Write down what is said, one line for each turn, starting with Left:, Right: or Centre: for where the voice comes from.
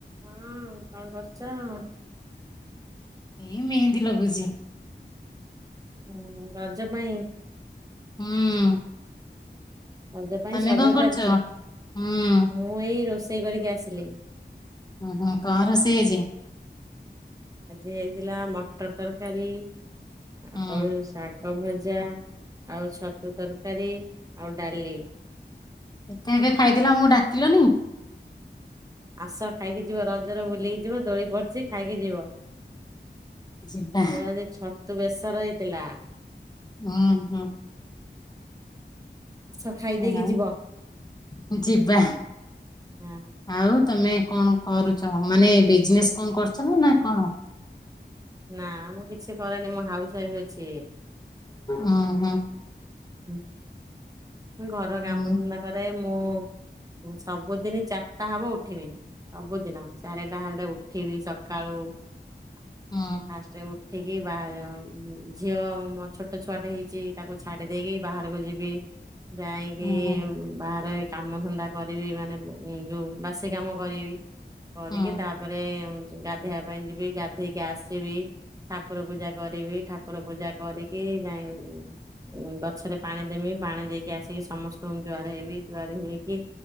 Right: ହଁ କଣ କରୁଛ?
Left: ଏଇ ମେହେନ୍ଦୀ ଲଗୁଚି।
Right: ହୁଁ ରଜ ପାଇଁ।
Left: ହୁଁ।
Right: ରଜ ପାଇଁ
Left: ତମେ
Right: ସଜ
Left: କଣ କରୁଛ?
Right: ଚାଲିଚି
Left: ହୁଁ
Right: ମୁଁ ଏଇ ରୋଷେଇ କରିକି ଆସିଲି।
Left: ଓହୋ କାହାର ରୋସେଇ ଆଜି?
Right: ଆଜି ହେଇଥିଲା ମଟର ତରକାରୀ ଆଉ
Left: ହୁଁ
Right: ସା କ ଭଜା ଆଉ ଛତୁ ତରକାରୀ ଆଉ ଡାଲି।
Left: ଏକା ଏକା ଖାଇଦେଲ ଆମକୁ ଡାକିଲନି।
Right: ଆସ ଖାଇକି ଯିବ ରଜରେ ବୁଲିକି ଯିବ ଦୋଳି ପଡିଛି ଖାଇକି ଯିବ।
Left: ଯିବା
Right: ହଁ ଆଜି ଛତୁ ବେସର ହେଇଥିଲା।
Left: ଉଁ ହୁଁ।
Right: ଆସ ଖାଇଦେଇକି
Left: ଆଉ
Right: ଯିବ
Left: ଯିବା।
Right: ହଁ
Left: ଆଉ ତମେ କଣ କରୁଛ ମାନେ ବିଜନେସ କଣ କରୁଛ ନା ନା କଣ?
Right: ନା ମୁଁ କିଛି କରେନି ମୁଁ ହାଉସ ୱାଇଫ୍ ଅଛି।
Left: ଉଁ ହୁଁ।
Right: ହୁଁ। ଘର
Left: ହୁଁ
Right: କାମଧନ୍ଦା କରେ ମୁଁ ସବୁଦିନ ଚାରିଟା ହବ ଉଠିବିନି। ସବୁଦିନ ଚାରିଟା ହେଲେ ଉଠିବି ସକାଳୁ ଆଉ
Left: ହୁଁ
Right: ଫାଷ୍ଟ ଉ ଉଠିକି ବା ଝିଅ ମୋ ଛୋଟ ଛୁଆଟେ ହେଇଛି ତାକୁ ଛାଡି ଦେଇକି ବାହାରକୁ ଯିବି। ଯାଇକି
Left: ହୁଁ
Right: ବାହାରେ କାମ ଧନ୍ଦା କରିବି ମାନେ ଯୋଉ ବାସି କାମ କରିବି। କରିକି
Left: ହୁଁ
Right: ତାପରେ ଗାଧେଇବା ପାଇଁ ଯିବି ଗାଧେଇକି ଆସିବି। ଠାକୁର ପୂଜା କରିବି ଠାକୁର ପୂଜା କରିକି ଯାଇ ଗଛରେ ପାଣି ଦେମି ପାଣି ଦେଇକି ଆସିକି ସମସ୍ତଙ୍କୁ ଜୁଆର ହେବି ଜୁଆର ହେଇକି।